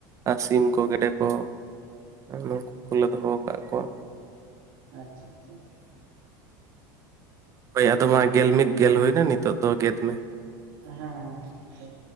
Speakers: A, on the right; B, on the right.
A: ᱟᱨ ᱥᱤᱢ ᱠᱚ ᱜᱮᱰᱮ ᱠᱚ ᱱᱩᱠᱩ ᱠᱚᱞᱮ ᱫᱚᱦᱚ ᱠᱟᱜ ᱠᱚᱣᱟ᱾
B: ᱟᱪᱪᱷᱟ - ᱟᱪᱪᱷᱟ ᱪᱷᱟ ᱪᱷᱟ᱾
A: ᱦᱳᱭ ᱟᱫᱚ ᱢᱟ ᱜᱮᱞ ᱢᱤᱫ ᱜᱮᱞ ᱦᱩᱭ ᱮᱱᱟ ᱱᱤᱛᱚᱜ ᱫᱚ ᱜᱮᱫ ᱢᱮ
B: ᱦᱮᱸ ᱛᱟᱹᱭ